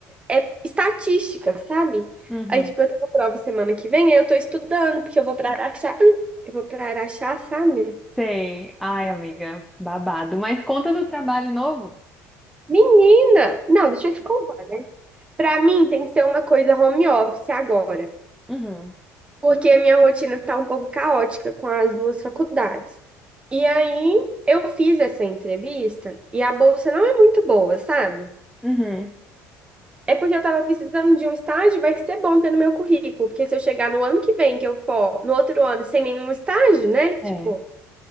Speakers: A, on the right (about 20°); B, in the centre.
A: é estatística, sabe?
B: Uhum.
A: Aí, tipo, eu tenho prova semana que vem, aí eu tô estudando, porque eu vou pra Araxá, eu vou pra Araxá, sabe?
B: Sei. Ai, amiga, babado. Mas conta do trabalho novo?
A: Menina! Não, deixa eu te contar, né? Pra mim tem que ser uma coisa home office agora,
B: Uhum.
A: porque a minha rotina tá um pouco caótica com as duas faculdades. E aí eu fiz essa entrevista e a bolsa não é muito boa, sabe?
B: Uhum.
A: É porque eu tava precisando de um estágio, vai ser bom ter no meu currículo, porque se eu chegar no ano que vem que eu for, no outro ano sem nenhum estágio, né? Tipo,
B: É,